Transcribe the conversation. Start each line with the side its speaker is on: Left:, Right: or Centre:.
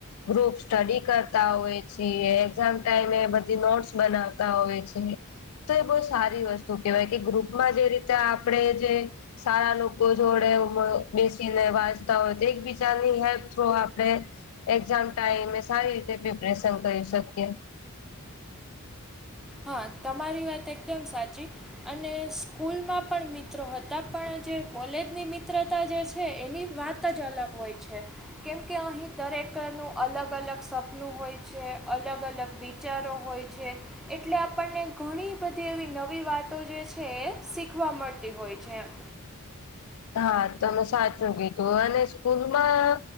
Left: ગ્રુપ સ્ટડી કરતા હોય છે એક્ઝામ ટાઈમે બધી નોટસ બનાવતા હોય છે તો એ બહુ સારી વસ્તુ કેહેવાય કે ગ્રુપમાં જે રીતે આપણે જે સારા લોકો જોડે બેસીને વાંચતા હોય તો એક બીજાની હેલ્પ થ્રુ આપણે એક્ઝામ ટાઈમે સારી રીતે પ્રિપરેશન કરી શકીએ
Centre: હા તમારી વાત એકદમ સાચી અને સ્કૂલમાં પણ મિત્રો હતા પણ જે કોલેજની મિત્રતા જે છે એની વાત ત જઝલક હોય છે કેમકે અહીં દરેકનું અલગ અલગ સપનું હોય છે અલગ અલગ વિચારો હોય જે એટલે આપણને ઘણી બધી એવી નવી વાતો જે છે એ શીખવા મળતી હોય છે એમ
Left: હા તમે સાચું કીધું અને સ્કૂલમાં